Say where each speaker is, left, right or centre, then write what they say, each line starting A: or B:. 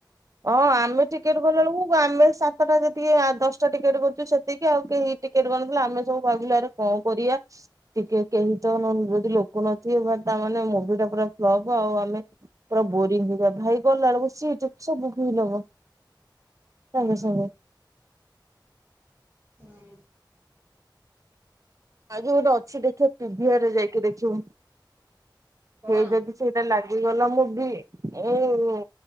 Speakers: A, on the right; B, on the right.
A: ହଁ ଆମେ ଟିକେଟ କଲା ବେଳକୁ ଆମେ ସାତଟା ଯେତିକି ଦଶଟା ଟିକେଟ କରୁଛୁ ସେତିକି ଆଉ କେହି ଟିକେଟ ବନ୍ଦ ଥିଲା ଆମେ ସବୁ ଭାବିଲୁ ଆରେ କଣ କରିବା? ଟିକେ କେହି ତ ଯଦି ଲୋକ ନଥିବେ ବା ତାମାନେ ମୁଭିଟା ପୁରାଫ୍ଲପ ଆଉ ଆମେ ପୁରା ବୋରିଙ୍ଗ ହେଇଯାଏ ଭାଇ ଗଲା ବେଳକୁ ସିଟ ସବୁ ଫିଲପ ସାଙ୍ଗେ
B: ହୁଁ ହୁଁ।
A: ସାଙ୍ଗେ।
B: ହୁଁ।
A: ଆଜି ଗୋଟେ ଅଛି ଦେଖିବା ପିଭିଆରେ ଯାଇକି ଦେଖିବୁ ସେ
B: କଣ?
A: ଯଦି ସେ ସେ ଲାଗିଗଲା ମୁଭି ଏଇଉଁ